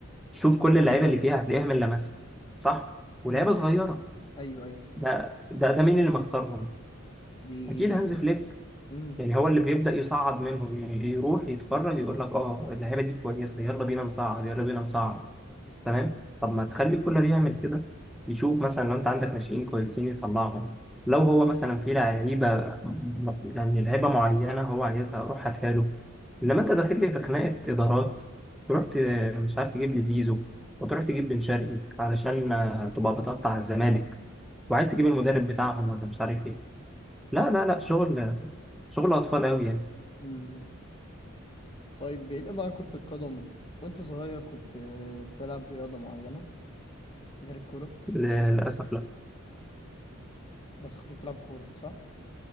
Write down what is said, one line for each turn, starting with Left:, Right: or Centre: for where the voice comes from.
Centre: شوف كل اللعيبه اللي فيها هتلاقيها من لاماسيا صح ولعيبه
Left: امم
Centre: صغيره
Left: ايوه ايوه
Centre: ده ده ده مين اللي مختارهم
Left: دي
Centre: اكيد هانز فليك
Left: امم
Centre: يعني هو اللي بيبدا يصعد منهم ي- يروح يتفرج يقول لك اه اللعيبه دي كويسه يلا بينا نصعد يلا بينا نصعد تمام طب ما تخلي كولر يعمل كده يشوف مثلا لو انت عندك ناشئين كويسين يطلعهم لو هو مثلا في لعيبه م- يعني لعيبه معينه هو عايزها روح هاتها له انما انت داخل لي في خناقه ادارات تروح ت- مش عارف تجيب لي زيزو وتروح تجيب بن شرقي علشان آه، تبقى بتقطع الزمالك وعايز تجيب المدرب بتاعهم ولا مش عارف ايه لا لا لا شغل شغل اطفال قوي يعني
Left: امم طيب بعيدا بقى عن كرة القدم وانت صغير كنت بتلعب رياضة معينة غير الكورة
Centre: ل- للاسف لا
Left: بس كنت بتلعب كورة صح؟